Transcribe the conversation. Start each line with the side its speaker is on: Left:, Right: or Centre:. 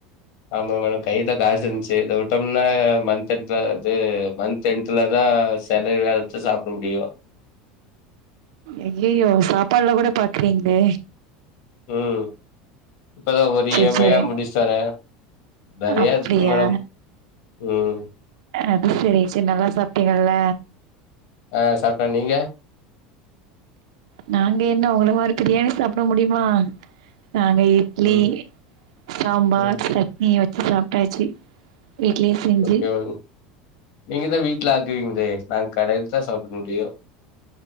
Left: ஆமா மேடம் கைல காசு இருந்துச்சி இத உட்டம்னா மந்த் எண்ட்ல து மந்த் எண்ட்டு லதா செதவி வேறச்ச சாப்ட முடியு
Right: அய்யயோ சாப்பாட்ல கூட பாக்குறீங்ளே
Left: ம் இப்பதா ஒரு
Right: சேரி
Left: இ எம்
Right: சேரி
Left: ஐ ஆ முடிச்ட்டு வர நெறையா
Right: அப்டியா
Left: இருக்குங் மேடம் ம்
Right: அது செரி செரி நல்லா சாப்ட்டீங்கல்ல
Left: அ சாப்ட்ட நீங்க
Right: நாங்க என்ன உங்கள மாரி பிரியாணி சாப்ட முடியுமா நாங்க இட்லி
Left: ம்
Right: சாம்பார்
Left: ம்
Right: சட்னி வச் சாப்ட்டாச்சி வீட்லே செஞ்சி
Left: ஓகே ஓகே நீங்க தா வீட்ல ஆக்குவீங்ளே நாங்க கடைல்தா சாப்ட முடியு